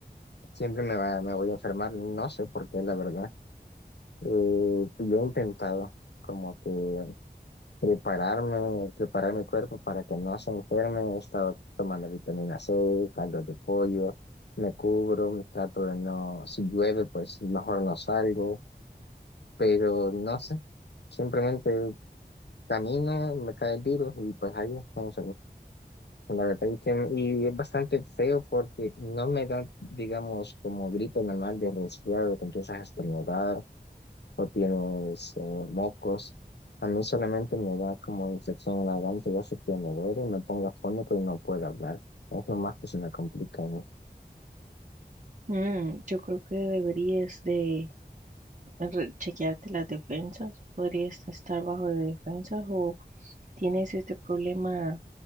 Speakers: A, on the left; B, on the right.
A: siempre me va, me voy a enfermar, no sé por qué, la verdad. Eh, pues, yo he intentado como que prepararme, preparar mi cuerpo para que no se enferme, he estado tomando vitamina C, caldo de pollo, me cubro, me trato de no, si llueve, pues mejor no salgo, pero no sé. Simplemente camino, me cae el virus y pues ahí no La verdad es que y es bastante feo porque no me da, digamos, como grito normal de resfriado, te empiezas a estornudar o tienes eh, mocos. A mí solamente me da como infección en la garganta, yo sé que me duele, me pongo afónico y no puedo hablar. Es lo más que se me complica, ¿no?
B: Mm, yo creo que deberías de re- chequearte las defensas. Podrías estar bajo de defensas o tienes este problema